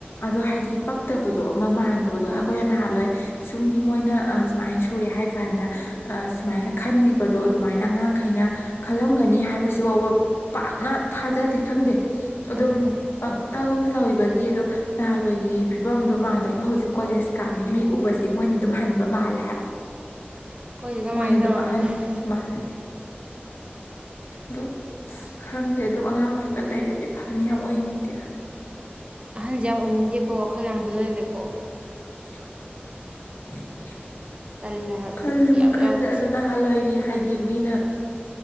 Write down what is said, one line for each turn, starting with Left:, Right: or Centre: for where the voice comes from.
Left: ꯑꯗꯣ ꯍꯥꯏꯗꯤ ꯄꯛꯇꯕꯗꯣ ꯑꯃ ꯃꯥꯜꯂꯤ ꯊꯕꯗꯣ ꯑꯩꯈꯣꯏ
Right: ꯎꯝ
Left: ꯅꯍꯜꯋꯥꯣꯏ
Right: ꯎꯝ
Left: ꯁꯨꯝ ꯃꯣꯏꯅ ꯁꯨꯃꯥꯏꯅ ꯁꯨꯔꯦ ꯍꯥꯏ ꯀꯥꯟꯗ ꯁꯨꯃꯥꯏꯅ ꯈꯟꯈꯤꯕꯗꯣ ꯑꯗꯨꯃꯥꯏꯅ ꯑꯉꯥꯡꯈꯩꯅ ꯈꯜꯂꯝꯒꯅꯤ ꯍꯥꯏꯕꯁꯤꯐꯥꯎꯕ ꯄꯥꯛꯅ ꯊꯥꯖꯗꯦ ꯈꯪꯗꯦ ꯑꯗꯨꯝ
Right: ꯑꯗꯨꯅꯦ
Left: ꯄꯪꯇꯧ ꯂꯕꯒꯤ ꯑꯗꯣ ꯅꯍꯥꯟꯋꯥꯏꯒꯤ ꯐꯤꯕꯝꯗꯣ ꯃꯥꯟꯗꯕꯗꯣ ꯍꯧꯖꯤꯛ ꯀꯣꯂꯦꯖ ꯀꯥꯕꯤ ꯃꯤ ꯎꯕꯁꯦ ꯃꯣꯏꯅ ꯑꯗꯨꯝ ꯍꯟꯕ ꯃꯥꯜꯂꯦ ꯍꯥꯏꯕ
Right: ꯑꯩꯈꯣꯏꯁꯦ ꯀꯃꯥꯏꯅ
Left: ꯃꯅ ꯑꯗꯨ
Right: ꯇꯧꯔꯕꯅꯣ
Left: ꯑꯍꯟ
Right: ꯈꯪꯗꯦ
Left: ꯃꯥꯂꯦꯟ ꯗ
Right: ꯑꯁ
Left: ꯈꯪꯗꯦ ꯑꯗꯨꯗꯣ ꯑꯉꯥꯡ ꯑꯣꯏꯔꯒ ꯂꯩꯔꯗꯤ ꯐꯅꯤ ꯌꯥꯝ ꯑꯣꯏꯅꯤꯡꯉ ꯗꯌꯥ
Right: ꯑꯍꯟꯁꯦ ꯌꯥꯝ ꯑꯣꯏꯅꯤꯡꯗꯦꯀꯣ ꯋꯥꯈꯜ ꯌꯥꯝ ꯈꯜꯍꯜꯂꯦꯀꯣ
Left: <inaudible>
Right: ꯇꯜꯂꯦ ꯍꯥꯏꯕ
Left: ꯈꯜꯜꯂꯤꯦ
Right: ꯕꯤꯠ ꯏꯌꯥꯎ
Left: ꯋꯥꯈꯜꯁꯦ
Right: ꯌꯥꯎꯗꯦ
Left: ꯑꯗꯨ ꯅꯍꯥꯟꯋꯥꯏꯒꯤ ꯍꯥꯏꯗꯤ ꯃꯤꯅ